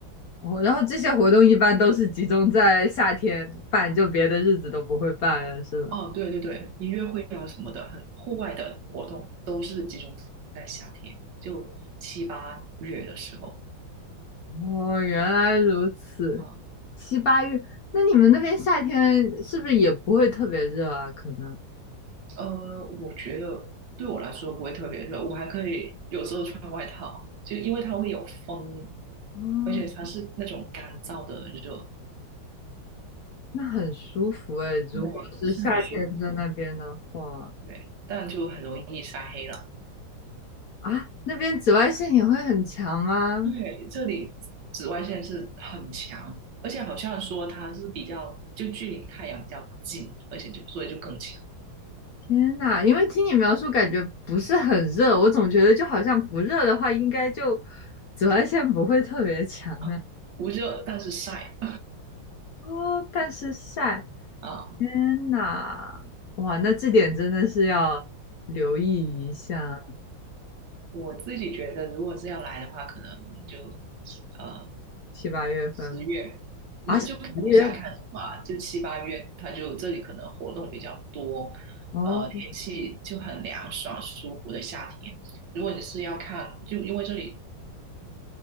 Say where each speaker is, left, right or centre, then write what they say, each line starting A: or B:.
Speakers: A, on the left; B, on the right.
A: 哦，然后这些活动一般都是集中在夏天办，就别的日子都不会办了，是吧？
B: 哦，对对对，音乐会啊什么的，很户外的活动都是集中在夏天，就七八月的时候。
A: 哦，原来如此。
B: 啊，
A: 七八月，那你们那边夏天是不是也不会特别热啊？可能。
B: 呃，我觉得对我来说不会特别热，我还可以有时候穿外套，就因为它会有风，
A: 哦，
B: 而且它是那种干燥的热，
A: 那很舒服哎。
B: 对，
A: 如果是夏天在那边的话，
B: 是很舒服，对，但就很容易晒黑了。
A: 啊，那边紫外线也会很强吗？
B: 对，这里紫外线是很强，而且好像说它是比较，就距离太阳比较近，而且就所以就更强
A: 天呐，因为听你描述感觉不是很热，我总觉得就好像不热的话，应该就紫外线不会特别强啊。
B: 啊，不热但是晒
A: 哦，但是晒，
B: 啊。
A: 天呐，哇，那这点真的是要留意一下，
B: 我自己觉得，如果是要来的话，可能就呃
A: 七八月份
B: 十月，
A: 啊，
B: 就就看你想看什么啊就七八月，
A: 十月
B: 它就这里可能活动比较多，
A: 哦。
B: 呃，天气就很凉爽舒服的夏天。如果你是要看，就因为这里，